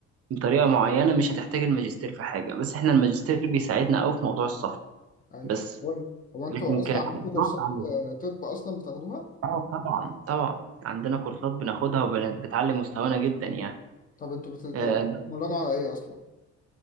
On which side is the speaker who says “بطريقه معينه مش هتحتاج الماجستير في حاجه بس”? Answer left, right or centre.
Right